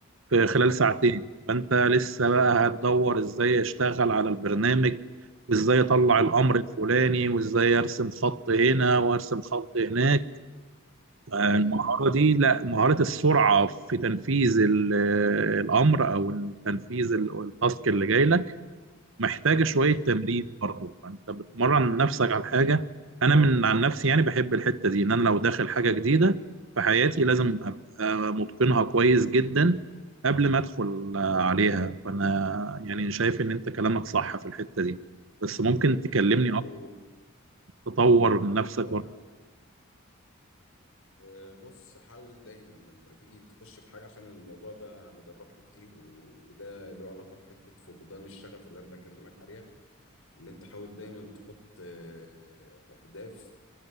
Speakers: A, on the right (about 70°); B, on the left (about 85°).
A: في خلال ساعتين
B: امم
A: فانت لسه بقى هتدور ازاي اشتغل على البرنامج وازاي اطلع الامر
B: امم
A: الفلاني وازاي ارسم خط هنا وارسم خط هناك المهارة
B: امم
A: دي لا مهارة السرعة في تنفيذ ال- الامر او تنفيذ ال- التاسك اللي جاي لك محتاجة شوية
B: امم
A: تمرين برضه فأنت بتمرن نفسك على حاجة أنا من عن نفسي يعني بحب الحتة دي إن أنا لو داخل حاجة جديدة في حياتي لازم أبقى متقنها كويس جدا قبل ما أدخل آه، عليها فأنا يعني شايف إن أنت كلامك صح في الحتة دي بس ممكن تكلمني
B: وبرضو
A: أكتر تطور من نفسك
B: اه
A: برضه
B: انا آه، بص حاول دايما لما تيجي تخش في حاجه عشان الموضوع ده انا جربته كتير و- وده له علاقه بحته فقدان الشغف اللي انا بكلمك عليها ان انت حاول دايما تحط آه، اهداف